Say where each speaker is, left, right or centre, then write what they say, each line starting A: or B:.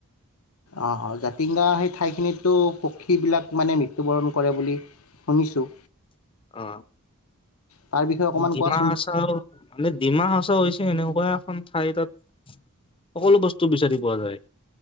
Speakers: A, on the left; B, on the left.
A: অ' জাতিংগা সেই ঠাইখিনিতো পক্ষীবিলাক মানে মৃত্যুবৰণ কৰে বুলি শুনিছোঁ।
B: অ
A: তাৰ বিষয়ে অকণমান
B: ডিমা
A: কোৱাচোন
B: হাছাও মানে ডিমা হাচা হৈছে এনেকুৱা এখন খন ঠাই তাত সকলো বস্তু বিচাৰি পোৱা যায়।